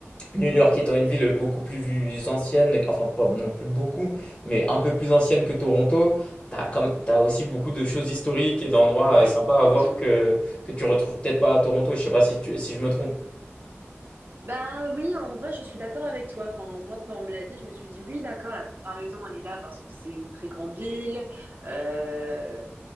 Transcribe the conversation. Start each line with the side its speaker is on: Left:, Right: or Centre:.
Left: New York étant une ville beaucoup plus ancienne, enfin pas non plus beaucoup, mais un peu plus ancienne que Toronto, t'as comme, t'as aussi beaucoup de choses historiques et d'endroits
Right: Ouais,
Left: euh, sympas
Right: effectivement.
Left: à voir que, que tu retrouves peut-être pas à Toronto. Je sais pas si tu, si je me trompe.
Right: Bah oui, en vrai, je suis d'accord avec toi. Enfin, moi, quand on me l'a dit, je me suis dit oui, d'accord, la comparaison, elle est là parce que c'est une très grande ville. Euh,